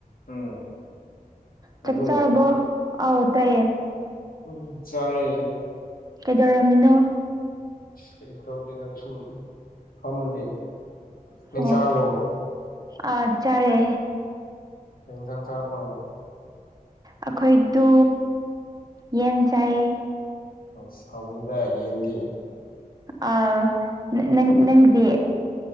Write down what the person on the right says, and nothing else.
ꯆꯥꯛ ꯆꯔꯕꯣ ꯑꯥꯎ ꯇꯥꯏꯌꯦ
ꯀꯩꯗꯧꯔꯝꯃꯤꯅꯣ
ꯑꯣ
ꯑꯥ ꯆꯥꯔꯦ
ꯑꯩꯈꯣꯏꯗꯨ ꯌꯦꯟ ꯆꯥꯏꯌꯦ
ꯑ ꯅꯪ ꯅꯪ ꯅꯪꯗꯤ